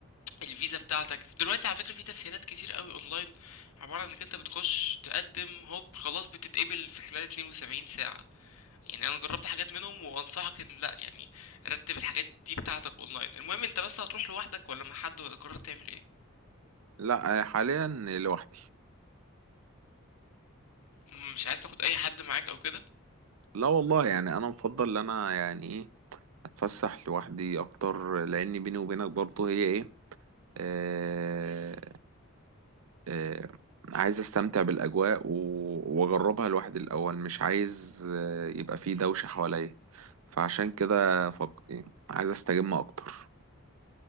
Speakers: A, on the left; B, on the right.
A: الفيزا بتاعتك دلوقتي على فكرة في تسهيلات كتير قوي اونلاين عبارة عن انك انت بتخش تقدم هوب خلاص بتتقبل في خلال 72 ساعة يعني انا جربت حاجات منهم وانصحك ان لا يعني رتب الحاجات دي بتاعتك اونلاين المهم انت بس هتروح لوحدك ولا مع حد ولا قررت تعمل ايه
B: لا آه، حاليا لوحدي
A: مم، مش عايز تاخد اي حد معاك او كده
B: لا والله يعني أنا مفضل إن أنا يعني إيه أتفسح لوحدي أكتر لأن بيني وبينك برضه هي إيه آه، آه، عايز استمتع بالاجواء و- واجربها لوحدي الاول مش عايز آه، يبقى فيه دوشه حواليا فعشان كده فق... عايز استجم اكتر